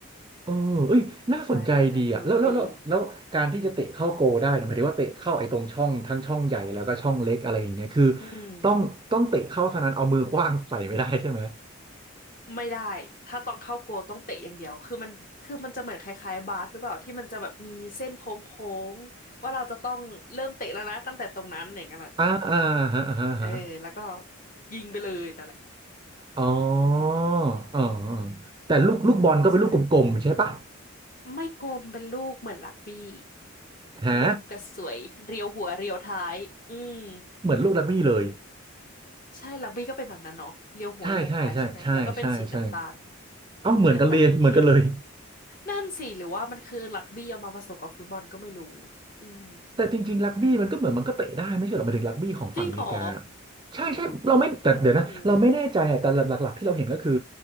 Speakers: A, on the right; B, on the left.
A: เออเอ้ยน่าสนใจดีอ่ะแล้วแล้วแล้วแล้วการที่จะเตะเข้าโกลได้เนี่ยหมายถึงว่าเตะเข้าไอ้ตรงช่องทั้งช่องใหญ่แล้วก็ช่องเล็กอะไรอย่างเงี้ยคือ
B: ใช่นั่นแหละลุ้นดีอืม
A: ต้องต้องเตะเข้าเท่านั้นเอามือขว้างใส่ไม่ได้ใช่ไหม
B: ไม่ได้ถ้าตอนเข้าโกลต้องเตะอย่างเดียวคือมันคือมันจะเหมือนคล้ายๆบาสหรือเปล่าที่มันจะแบบมีเส้นโค้งๆว่าเราจะต้องเริ่มเตะแล้วนะตั้งแต่ตรงนั้นอย่างนั้นอ่ะ
A: อ่าอ่าฮะอ่าฮะฮะ
B: เออแล้วก็ยิงไปเลยนั่นแหละ
A: อ๋อ
B: อืม
A: อ๋ออ๋อแต่ลูกลูกบอลก็เป็นลูกกลมๆใช่ปะ
B: ใช่ ไม่กลมเป็นลูกเหมือนลักบี้
A: ฮะ
B: รูปกระสวยเรียวหัวเรียวท้ายอืม
A: <laughs> เหมือนลูกรักบี้เลย
B: ใช่ลักบี้ก็เป็นแบบนั้นเนาะเรียวหัวเรียวท้ายใช่ไหมแล้วก็เป็นสีน้ำตาล
A: ใช่ใช่ใช่ใช่ใช่ใช่เอ้าเหมือนกันเลยเหมือนกันเลย
B: หรือน้ำตาลเข้มๆนั่นสิหรือว่ามันคือลักบี้เอามาผสมกับฟุตบอลก็ไม่รู้อืม
A: แต่จริงๆรักบี้มันก็เหมือนมันก็เตะได้ไม่ใช่เหรอหมายถึงรักบี้ของฝั่งอเมริกา
B: จริงเหรอ
A: ใช่ใช่เราไม่แต่เดี๋ยวนะเราไม่แน่ใจอะแต่หลักๆที่เราเห็นก็คือ
B: ไม่รู้